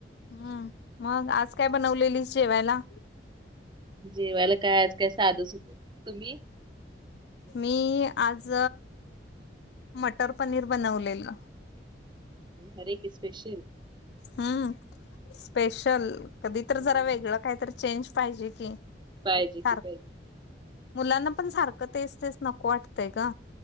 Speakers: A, on the left; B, on the right.
A: हम्म मग आज काय बनवलेली जेवायला
B: जेवायला काय आज काय साधू सु तुम्ही
A: मी आज मटर पनीर बनवलेलं
B: हर एक स्पेशल
A: हम्म स्पेशल कधी
B: हम्म,
A: तर जरा वेगळं काहीत चेंज पाहिजे की
B: पाहिजे
A: सारख
B: कि पाहिजे
A: मुलांना पण सारखं तेच तेच नको वाटतंय का